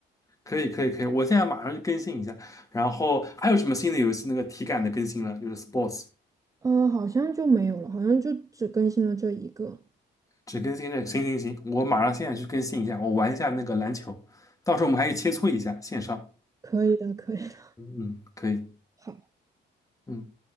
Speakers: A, on the left (about 15°); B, on the right (about 15°).
A: 可以可以可以，我现在马上就更新一下。然后还有什么新的游戏那个体感的更新了？就是 Sports
B: 呃，好像就没有了，好像就只更新了这一个。
A: 只更新这个。行行行，我马上现在去更新一下，我玩一下那个篮球，到时候我们还可以切磋一下线上。
B: 可以的，可以的。
A: 嗯，可以，
B: <laughs> 好。
A: 嗯。